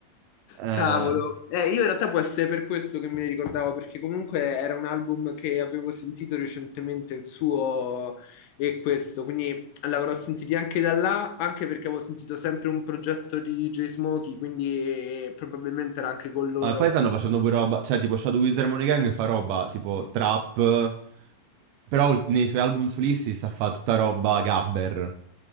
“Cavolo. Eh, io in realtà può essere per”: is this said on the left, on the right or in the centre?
Left